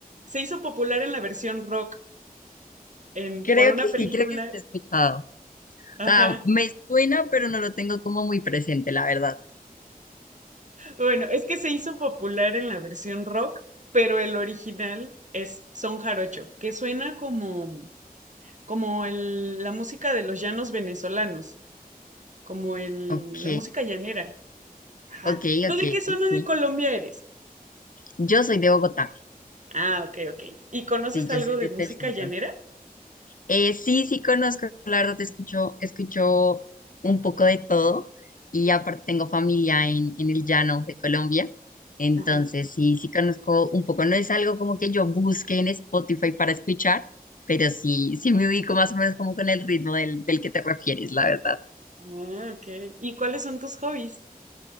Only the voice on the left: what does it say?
creo
que
sí, creo que sí lo he escuchado. O
sea, me suena, pero no lo tengo como muy presente, la verdad.
Ok,
ok,
ok,
sí.
Yo soy de Bogotá.
Sí, yo
soy
de-
del centro.
Eh, sí, sí conozco, la verdad, escucho, escucho un poco de todo y aparte tengo familia en, en el llano de Colombia, entonces
sí, sí conozco un poco, no es algo como que yo busque en Spotify para escuchar, pero sí, sí me ubico más o menos como con el ritmo del, del que te refieres, la verdad.